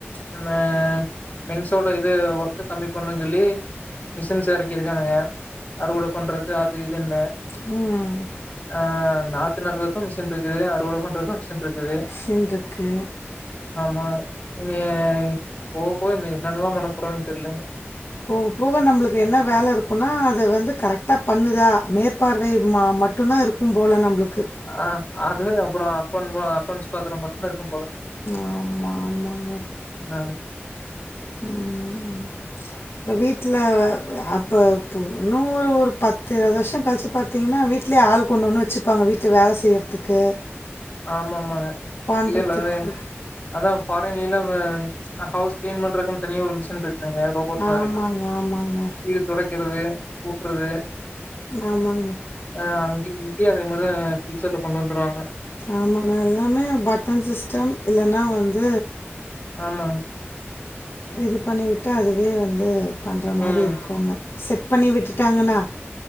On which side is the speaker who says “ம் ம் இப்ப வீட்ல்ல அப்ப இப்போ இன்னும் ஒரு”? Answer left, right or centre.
Left